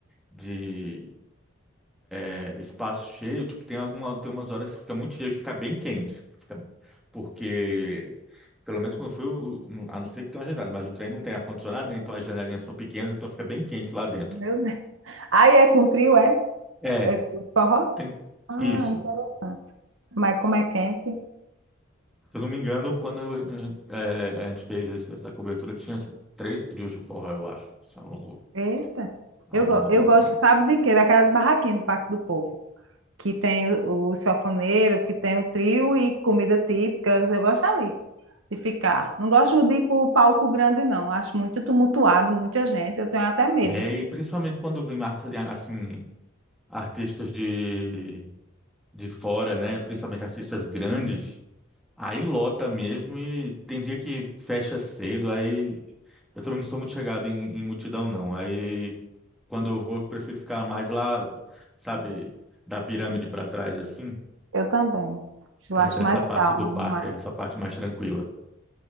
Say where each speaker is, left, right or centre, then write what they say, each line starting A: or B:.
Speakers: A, in the centre; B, on the right.
A: de é, espaço cheio, tipo, tem alguma, tem umas horas que fica muito cheio, fica bem quente. Fica- porque, pelo menos quando foi, o- o- a não ser que tenha uma janela, mas o trem não tem ar-condicionado, né? Então as janelinhas são pequenas, então fica bem quente lá dentro.
B: Meu Deus. Aí é com trio, é?
A: É,
B: É tudo forró?
A: tem
B: Ah,
A: isso.
B: interessante. Mas como é quente?
A: Se eu não me engano, quando eu- é, a gente fez esse- essa cobertura, tinha três trios de forró, eu acho, ao longo,
B: Eita.
A: ao
B: Eu,
A: longo
B: go-
A: do
B: eu
A: trem.
B: gosto, sabe de quê? Daquelas barraquinhas do Parque do Povo. que tem o, o sanfoneiro, que tem o trio e comida típicas. Eu gosto ali de ficar. Não gosto de ir para o palco grande, não. Acho muito tumultuado, muita gente. Eu tenho até medo.
A: É, e principalmente quando vem arte- assim, artistas de, de fora, né? Principalmente artistas grandes. Aí lota mesmo e tem dia que fecha cedo, aí eu também não sou muito chegado em, em multidão, não. Aí quando eu vou, eu prefiro ficar mais lá, sabe, da pirâmide para trás, assim,
B: Eu também. Eu
A: é,
B: acho
A: dessa
B: mais
A: parte
B: calmo.
A: do parque,
B: ma-
A: é essa parte mais tranquila.